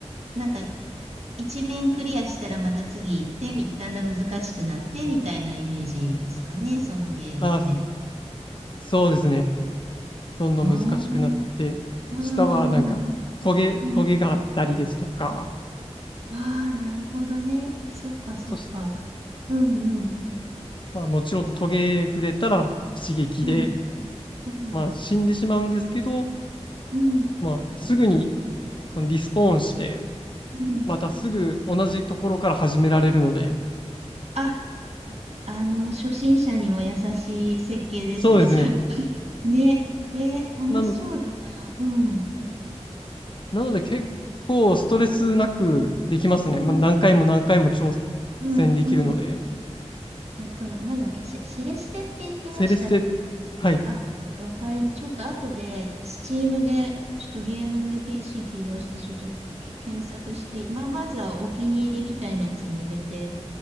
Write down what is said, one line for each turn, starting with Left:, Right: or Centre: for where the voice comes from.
Right: なんか一面クリアしたらまた次行って、み、だんだん難しくなって、みたいなイメージですかね。そのゲームって。
Left: あ、そうですね。どんどん難しくなって、
Right: ああ、うんうんうん。
Left: 下はなんかトゲ、
Right: うん
Left: トゲがあったりですとか、
Right: ああ、なるほどね。そっか、そっか。
Left: そして、
Right: うんうん。
Left: まあもちろんトゲ触れたら一撃で、
Right: うん。うん。
Left: まあ死んでしまうんですけど、
Right: うん。
Left: まあ、すぐにそのリスポーンして、
Right: うん。
Left: またすぐ同じところから始められるので、
Right: あ、あの、初心者にも優しい設計ですね、
Left: そうですね。
Right: それは。<laughs> ね。えー楽しそうだな。
Left: なの、
Right: うん。
Left: なので結構ストレスなくできますね。まあ、
Right: うん。
Left: 何回も何回も挑
Right: うん。
Left: 戦できるので。
Right: うん。えっと、なんだっけ、セ、セレステって言ってましたっけ
Left: セレステはい。
Right: あ、わかります。ちょっと後で、スチームで、ちょっとゲームに PC 起動して、ちょっとき検索して、まあ、まずはお気に入りみたいなやつに入れて、